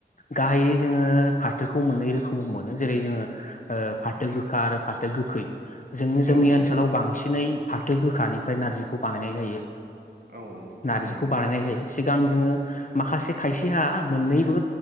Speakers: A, on the left; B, on the right.
A: गाहायै जोङो फाथोखौ मोननै रोखोम मोनो जेरै जोङो ओ फाथो गोखा आरो फाथो गोखै जोंङो जोंनि
B: ओं
A: ओनसोलाव
B: औ
A: बांसिनै फाथो गोखानि ओमफ्राय नारजिखौ बानायनाय जायो।
B: औ थारैनो
A: नारजिखौ बानायनाय जायो। सिगां जोङो माखासे खायसेहा मोननैबो